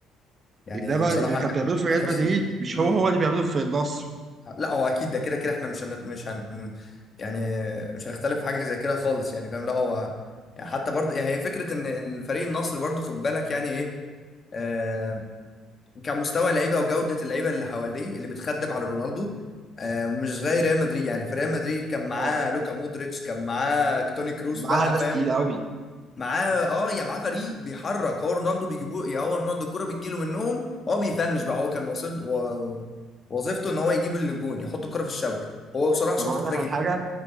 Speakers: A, on the left (about 40°); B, on the right (about 40°).
A: يعني
B: انما
A: بصراحه
B: اللي كان
A: كان
B: بيعمله في ريال
A: اخر
B: مدريد
A: سنين
B: مش
A: مم.
B: هو هو اللي بيعمله في النصر
A: لا هو اكيد ده كده كده احنا مش هن... مش هن يعني مش هنختلف في حاجه زي كده خالص يعني فاهم لا هو يعني حتى برضه يعني هي فكره ان الفريق النصر برضه خد بالك يعني ايه آه، كمستوى لعيبه وجوده اللعيبه اللي حواليه اللي بتخدم على رونالدو آه مش زي ريال مدريد يعني في ريال مدريد كان معاه
B: طبعا
A: لوكا مودريتش كان معاه توني كروس
B: معاه
A: بقى
B: ناس
A: فاهم
B: تقيل قوي
A: كان معاه اه يا معاه فريق بيحرك هو رونالدو بيجيبوه يا هو رونالدو الكرة بتجيله منهم هو بيفنش بقى هو كان واصل و... وظيفته ان هو يجيب الجون يحط الكرة في الشبكة هو بصراحة شاطر
B: طب اقول
A: في
B: لك
A: ده جدا
B: على حاجه